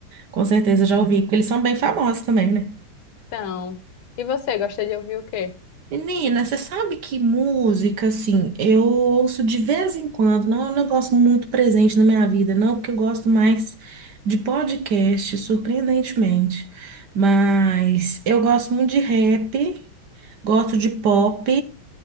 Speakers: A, on the right; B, on the left.
A: Com certeza já ouvi, porque eles são bem famosos também, né?
B: Então, e você gosta de ouvir o quê?
A: Menina, você sabe que música, assim, eu ouço de vez em quando, não é um negócio muito presente na minha vida, não, porque eu gosto mais de podcast, surpreendentemente. Mas eu gosto muito de rap, gosto de pop.